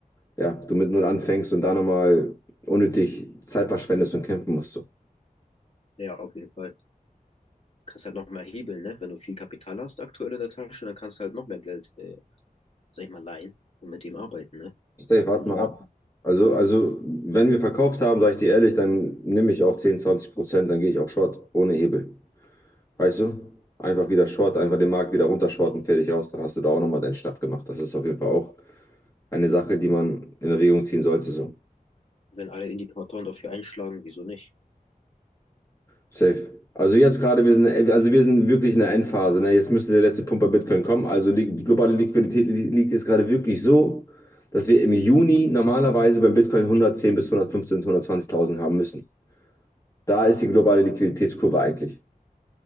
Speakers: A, on the left (about 20°); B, on the left (about 45°).
A: ja, du mit null anfängst und da nochmal unnötig Zeit verschwendest und kämpfen musst, so.
B: Ja, auf jeden Fall. Kannst halt noch mehr hebeln, ne? Wenn du viel Kapital hast aktuell in der Tasche, dann kannst du halt noch mehr Geld, äh, sag ich mal, leihen und mit dem arbeiten, ne?
A: Stay,
B: Und
A: warte
B: umso
A: mal
B: noch,
A: ab. Also, also, wenn wir verkauft haben, sage ich dir ehrlich, dann nehme ich auch 10, 20 Prozent, dann gehe ich auch Short ohne Hebel. Weißt du? Einfach wieder Short, einfach den Markt wieder runtershorten, fertig aus. Dann hast du da auch nochmal deinen Schnapp gemacht. Das ist auf jeden Fall auch eine Sache, die man in Erwägung ziehen sollte. So.
B: wenn alle Indikatoren dafür einschlagen, wieso nicht?
A: Safe. Also jetzt gerade, wir sind, also wir sind wirklich in der Endphase. Ne? Jetzt müsste der letzte Pump bei Bitcoin kommen. Also li- die globale Liquidität li- liegt jetzt gerade wirklich so, dass wir im Juni normalerweise beim Bitcoin 110 bis hundertfünfzehn, hundertzwanzigtausend haben müssen. Da ist die globale Liquiditätskurve eigentlich.